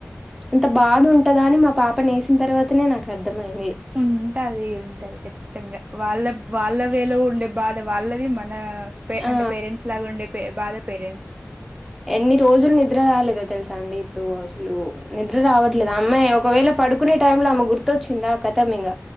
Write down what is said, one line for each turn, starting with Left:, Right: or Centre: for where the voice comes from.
Centre: ఇంత బాధ ఉంటదా అని మా పాప నేసిన తర్వాతనే నాకు అర్థమయింది
Right: ఉంటాది ఉంటది కచ్చి ఖచ్చితంగా వాళ్ళ వాళ్ళ వేలో ఉండే బాధ వాళ్ళది మన
Centre: ఆ
Right: అంటే పేరెంట్స్ లాగుండే బాద పేరెంట్స్
Centre: ఎన్ని రోజులు నిద్ర రాలేదో తెలుసా అండి ఇప్పుడు అసలు నిద్ర రావట్లేదు
Right: ఉమ్
Centre: అమ్మాయి ఒకవేళ పడుకునే టైమ్ లో ఆమె గుర్తొచ్చిందా ఆ ఖతం ఇగా